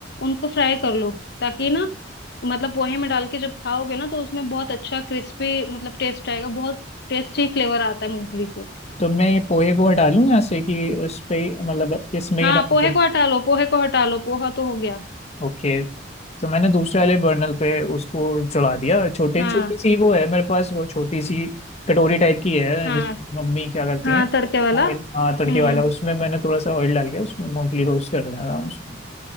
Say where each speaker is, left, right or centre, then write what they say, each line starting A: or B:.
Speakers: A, on the left; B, on the left.
A: उनको फ्राई कर लो ताकि ना मतलब पोहे में डाल के जब खाओगे ना तो उसमें बहुत अच्छा क्रिस्पी मतलब टेस्ट आएगा बहुत टेस्टी फ्लेवर आता है मूंगफली से
B: तो मैं ये पोहे को हटा लूँ यहाँ से कि उस पे मतलब इसमें
A: हाँ
B: ही डाल
A: पोहे
B: के
A: को हटा लो पोहे को हटा लो पोहा तो हो गया
B: ओके तो मैंने दूसरे वाले बर्नल पे उसको चढ़ा दिया छोटे
A: हाँ
B: छोटी सी वो है मेरे पास वो छोटी सी कटोरी टाइप की है
A: हाँ
B: जिसमें मम्मी क्या करती
A: हाँ
B: हैं
A: तड़के वाला
B: ऑयल हाँ तड़के
A: हम्म
B: वाला उसमें मैंने थोड़ा सा ऑयल डाल के उसमें मूंगफली रोस्ट कर रहा हूँ उसमें